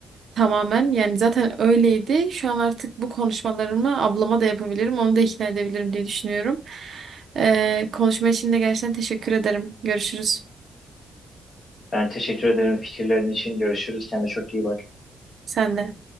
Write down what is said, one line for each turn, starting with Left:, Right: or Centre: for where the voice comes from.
Right: tamamen yani zaten öyleydi. Şu an artık bu konuşmalarımı ablama da yapabilirim. Onu da ikna edebilirim diye düşünüyorum. Ee, konuşma için de gerçekten teşekkür ederim. Görüşürüz.
Left: Ben teşekkür ederim fikirlerin için. Görüşürüz. Kendine çok iyi bak.
Right: Sen de.